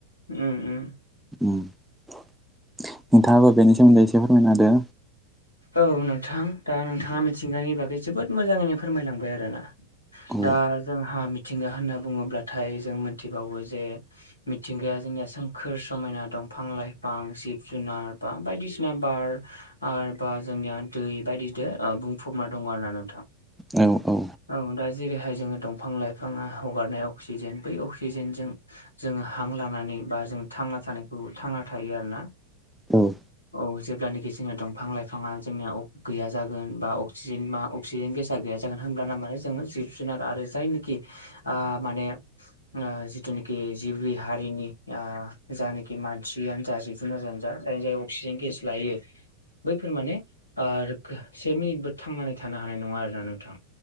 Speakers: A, on the left; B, in the centre.
A: उम उम
B: उ नोंथाङाबो बेनि सोमोन्दै एसे फोरमायना होदो
A: औ नोंथां दा नोंथाङा मिथिंगानि बागै जोबोद मोजाङैनो फोरमायलांबाय आरोना
B: औ
A: दा जोंहा मिथिंगा होनना बुङोब्लाथाय जों मोनथिबावो जे मिथिंगाया जोंनिया सोमखोर समायना दंफां लाइफां जिब जुनार बा बायदिसिना सिना <unintelligible> बार आरो बा जोंनिया दै बायदिदो बुंफबना दङ' आरो ना नोंथां
B: औ औ
A: औ दा जेरैहाय जोङो दंफां लाइफाङा हगारनाय अक्सिजेन बै अक्सिजेनजों जोङो हां लानानै बा जों थांना थानायखौ थांना थायो आरोना
B: औ
A: औ जेब्लानोखि जोंना दंफां लाइफाङा जोंनिया गैया जागोन बा अक्सिजेन बा अक्सिजेन गेसा गैया जागोन होमब्लाना आ माने जोङो जिब जुनार आरो जायनाखि आ माने आ जिथुनिखि जिबि हारिनि आ जानाखि मानसियानो जिब <unintelligible> जानो जा जाय जाय अक्सिजेन गेस लायो बैफोर माने ओ से मिनिटबो थांनानै थानो हानाय नङा आरोना नोंथां